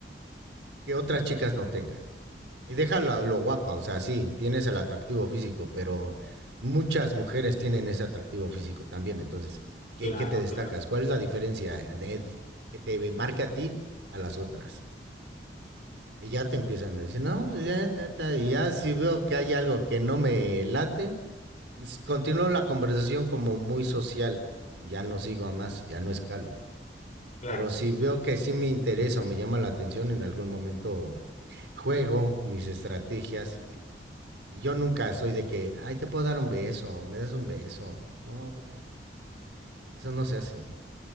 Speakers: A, on the right; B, on the left.
A: que otras chicas no tengan? Y déjalo lo guapa, o sea, sí, tienes el atractivo físico, pero muchas mujeres tienen ese atractivo físico también, entonces, ¿en
B: Claro,
A: qué te destacas?
B: claro,
A: ¿Cuál es la diferencia eh, de, que te marca a ti a las otras? Y ya te empiezan a decir, no, pues ya, ta, ta", y ya si veo que hay algo que no me late, s- continúo la conversación como muy social. Ya no sigo a más, ya no escalo.
B: claro,
A: Pero si veo que sí me interesa o me llama la atención, en algún momento juego mis estrategias. Y y yo nunca soy de que, ay, te puedo dar un beso, me das un beso. No, güey, eso no se hace.